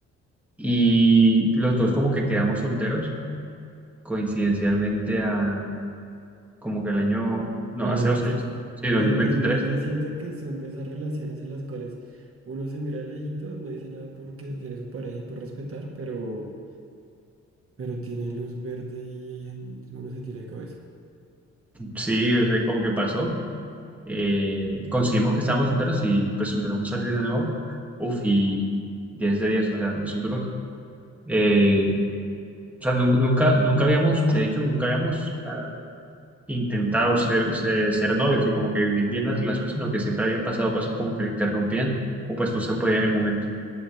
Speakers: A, in the centre; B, on the right (about 45°).
A: Y los dos como que quedamos solteros coincidencialmente a como que el año, no,
B: al
A: hace
B: mismo
A: dos
B: tiempo.
A: años, sí, dos
B: Pero,
A: mil veintitrés
B: pero igual yo siento que son de esas relaciones en las cuales uno se mira de lejito, no dice nada porque tiene su pareja y por respetar, pero, pero tiene luz verde y ahí en- uno se tira de cabeza.
A: sí, o sea, como que pasó. Eh, conseguimos que estábamos solteros y pues empezamos a salir de nuevo. Uf, y 10 de 10, o sea, nosotros... Eh, O sea, nun- nunca, nunca habíamos, de hecho, nunca habíamos ah, intentado ser, ser, ser novios y como que vivir bien la relación, sino que siempre habían pasado cosas como que la interrumpían o pues no se podía en el momento.